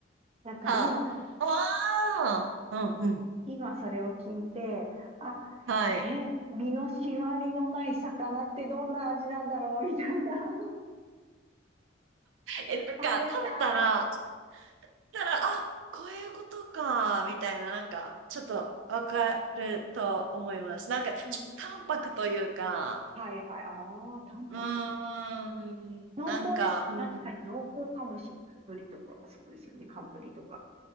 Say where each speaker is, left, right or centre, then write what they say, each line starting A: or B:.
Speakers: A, on the right; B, on the right.
A: なんかね、
B: あ、
A: 今、
B: ああ、うんうん。
A: 今それを聞いて、あ、
B: はい。
A: え、身の締まりのない魚ってどんな味なんだろうみたいな。<laughs>
B: え、なんか食べたら、
A: 食べたい。
B: たら、あ、こういうことか、みたいな、なんか、ちょっとわかると思います。なんか、ちょっと淡白というか、
A: うん、はいはい。ああ、淡白な。
B: うーん、
A: 濃厚です。
B: なんか、うん、
A: 確かに濃厚かもしれない。ブリとかはそうですよね。寒ブリとか、